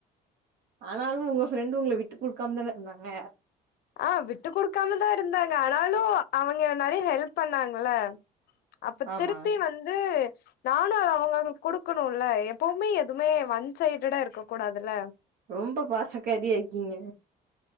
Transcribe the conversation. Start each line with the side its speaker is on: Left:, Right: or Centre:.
Right: ஆனாலு உங்க ஃபிரெண்டு் உங்கள விட்டு குடுக்காம தான இருந்தாங்க
Left: ஆ விட்டு குடுக்காமதா இருந்தாங்க ஆனாலு அவங்க என் நெறைய ஹெல்ப் பண்ணாங்கல்ல அப்ப
Right: ஆமா
Left: திருப்பி வந்து நானு அத அவங்களுக்கு குடுக்குணுல்ல எப்பவுமே எதுமே ஒன் சைடடா இருக்க கூடாதுல
Right: ரொம்ப பாசக்காரியா இருக்கீங்க